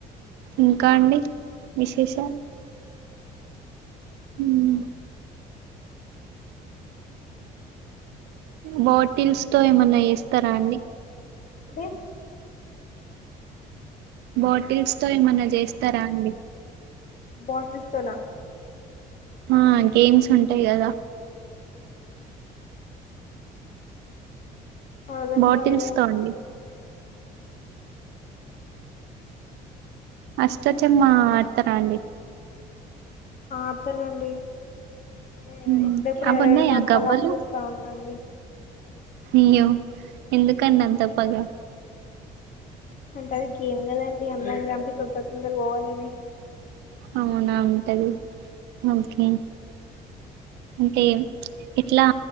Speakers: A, on the right (about 80°); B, on the left (about 50°).
A: ఇంకా అండి విశేషాలు మ్మ్ బోట్ తిల్స్తో ఏమన్నా చేస్తారా అండి
B: అనే
A: బాటిల్స్ తో ఏమన్నా చేస్ స్తరా అండి
B: బాటిల్స్తోనా
A: ఆ గేమ్స్ ఉంటాయి కదా
B: అర్థం
A: బాటిల్స్
B: కాలేదండి
A: తో అండి అష్ట చెమ్మ ఆడతారా అండి
B: ఆ ఆడుతానండి నే
A: ఉమ్,
B: ఎప్పుడెప్పుడు
A: అవి
B: ఎవరెవరిని
A: ఉన్నాయా
B: సంపాల
A: గవ్వలు
B: అని చూస్తా ఉంటా అండి
A: అయ్యో, ఎందుకండి అంత పగా
B: అంటే అది గేమ్ కదండి అందర్ని చంపి తొందర తొందర పోవాలని
A: అవునా ఉంటది ఓకే అంటే ఎట్లా